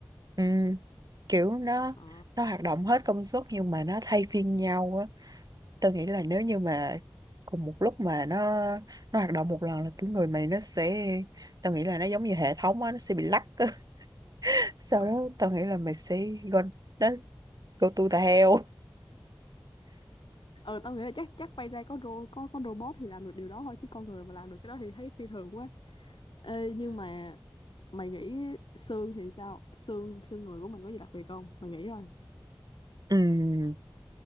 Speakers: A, on the right; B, on the left.
A: ừ, kiểu nó
B: Ờ
A: nó hoạt động hết công suất nhưng mà nó thay phiên nhau á tôi nghĩ là nếu như mà cùng một lúc mà nó nó hoạt động một lần là kiểu người mày nó sẽ tôi nghĩ là nó giống như hệ thống á nó sẽ bị lắc á. <laughs> sau
B: ờ
A: đó tôi nghĩ là mày sẽ go nó go to the hell
B: Ờ, tao nghĩ là chắc chắc bay ra có ro có có robot thì làm được điều đó thôi chứ con người mà làm được cái đó thì thấy phi thường quá. Ê, nhưng mà mày nghĩ xương thì sao? Xương xương người của mình có gì đặc biệt không? Mày nghĩ thôi.
A: ừ,